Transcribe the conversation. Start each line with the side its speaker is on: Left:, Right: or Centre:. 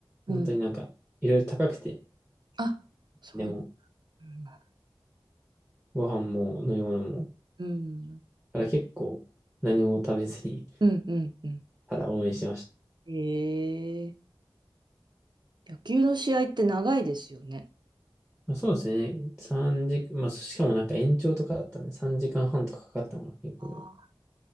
Right: うん。
Centre: 本当になんか、いろいろ高くて、
Right: あ、そう
Centre: でも、
Right: なんだ。
Centre: ご飯も飲み物も、だ
Right: うん。
Centre: から結構何も食べずに、
Right: うん、うん、うん。
Centre: ただ応援してました。
Right: ええ野球の試合って長いですよね。
Centre: まあ、そうですね、3時、まあ、しかもなんか延長とかだったんで、3時間半とかかかったのか結局。
Right: ああ、